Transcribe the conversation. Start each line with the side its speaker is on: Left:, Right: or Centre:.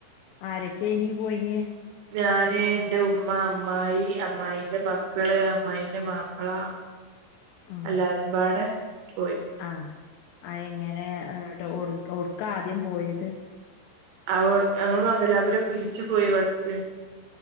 Left: ആരക്കെനി പോയിനെ
Right: ഞാന് എന്റെ ഉമ്മ അമ്മായി അമ്മായിന്റെ മക്കള് അമ്മായിന്റെ മാപ്പിള
Left: ഉം
Right: അല്ലാരുംപാടെ പോയി
Left: ആഹ് ആഹ് എങ്ങനെ എടുക്കാ ആദ്യം പോയത്
Right: അവ അങ്ങൾ മംഗലാപുരം പിടിച്ച് പോയി ബസ്